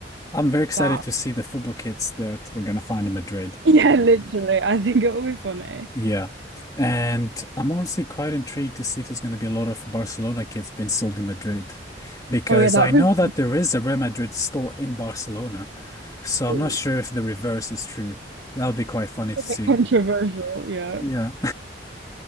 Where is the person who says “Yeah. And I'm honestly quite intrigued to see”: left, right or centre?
Left